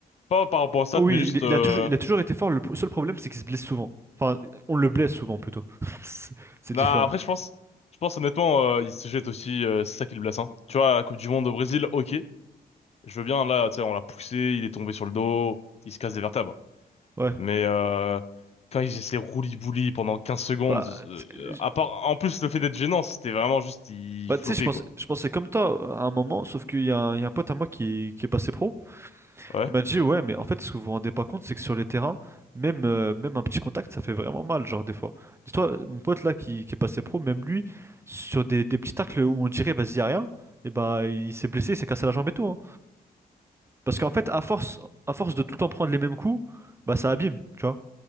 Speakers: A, on the left; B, on the right.
A: Pas par rapport aux stats,
B: Oh oui,
A: mais juste.
B: il,
A: Euh...
B: il a toujours, il a toujours été fort. Le pro- seul problème, c'est qu'il se blesse souvent. Enfin, on le blesse souvent plutôt. <laughs> C'est c'est
A: Nah,
B: différent.
A: après, je pense, je pense honnêtement, euh, il se jette aussi. euh, c'est ça qui le blesse. Hein. Tu vois, la Coupe du Monde au Brésil, ok, je veux bien. Là, tu sais, on l'a poussé, il est tombé sur le dos, il se casse des vertèbres.
B: Ouais.
A: Mais euh, quand ils essaient roulis-bouli pendant 15 secondes,
B: Bah,
A: euh,
B: t- je-
A: à part, en plus le fait d'être gênant, c'était vraiment juste ils
B: bah,
A: floppaient
B: tu sais, je pense,
A: quoi.
B: je pensais comme toi euh, à un moment, sauf qu'il y a, un il y a un pote à moi qui, est- qui est passé pro.
A: Ouais,
B: Il m'a dit, ouais, mais en fait, ce que vous vous rendez pas compte, c'est que sur les terrains, même, euh, même un petit contact, ça fait vraiment mal, genre, des fois. Dis-toi, mon pote là qui, qui est passé pro, même lui, sur des, des petits tacles où on dirait, vas-y, y a rien, et bah, il s'est blessé, il s'est cassé la jambe et tout, hein. Parce qu'en fait, à force, à force de tout le temps prendre les mêmes coups, bah, ça abîme, tu vois.